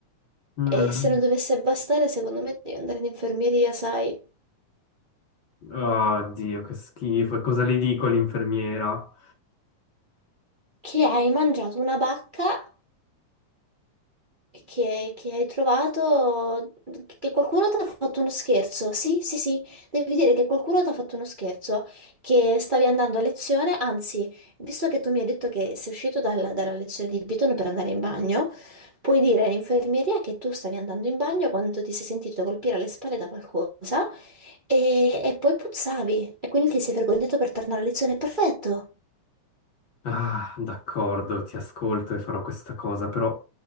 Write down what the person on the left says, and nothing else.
Mm.
Oddio, che schifo. E cosa le dico all'infermiera?
Ah, d'accordo, ti ascolto e farò questa cosa, però